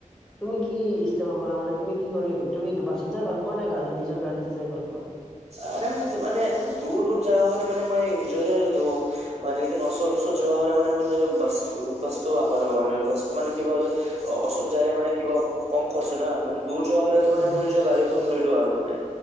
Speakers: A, in the centre; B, on the right.
A: তুমি কি ইষ্টেমাল কৰা মানে তুমি কি কৰি তুমি বাছত যাই ভাল পোৱা নে গাড় নিজৰ গাড়ীত যাই ভাল পোৱা?
B: আৰে মানে মানে দূৰ দূৰ যাবা হলে মানে মই নিজৰে লওঁ। মানে একিন ওচৰ ওচৰ যোৱা হলে মানে মানে বাচটো বাৰো মানে বাচটো মানে কিবা হয় যে অ', ওচৰত যায়লে মানে কিবা কম খৰচ ন, মানে দূৰ যোৱা হলে টো মানে
A: হয় হয়
B: মই নিজৰ গাড়ীখন লৈলো আৰু মানে,